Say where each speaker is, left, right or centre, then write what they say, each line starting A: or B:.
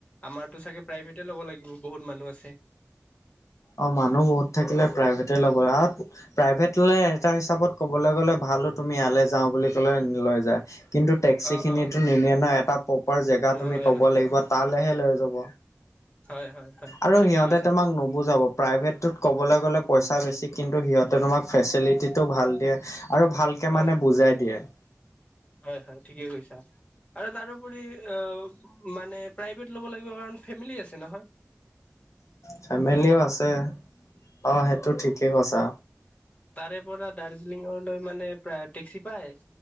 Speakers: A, on the left; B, on the left.
A: আমাৰতো চাগে প্ৰাইভেটে ল'ব লাগিব বহুত মানুহ আছে
B: অ মানুহ বহুত থাকিলে প্ৰাইভেটে ল'ব আৰু প্ৰাইভেট ললে এটা হিচাপত কবলৈ গলে ভালো তুমি ইয়ালৈ যাও বুলি কলে লৈ যায় কিন্তু টেক্সিখিনিয়েতো
A: অ অ
B: নিনিয়ে না এটা প্ৰপাৰ জেগা
A: নলয়
B: তুমি ক'ব
A: নলয়
B: লাগিব তালেহে লৈ যাব
A: হয় হয় হয়
B: আৰু
A: ঠিকে
B: সিহঁতে
A: কৈছা
B: তোমাক নুবুজাব প্ৰাইভেটটোত ক'বলৈ গ'লে পইচা বেছি কিন্তু সিহঁতে তোমাক ফেচিলিটিটো ভাল দিয়ে আৰু ভালকে
A: হয়
B: মানে বুজাই দিয়ে
A: হয় হয় ঠিকে কৈছা আৰু তাৰোপৰি অ মানে প্ৰাইভেট ল'ব লাগিব কাৰণ ফেমিলি আছে নহয়
B: ফেমিলিও
A: লগত
B: আছে অ সেইটো ঠিকেই কৈছা
A: তাৰে পৰা দাৰ্জিলিঙলৈ মানে প্ৰায় টেক্সি পায়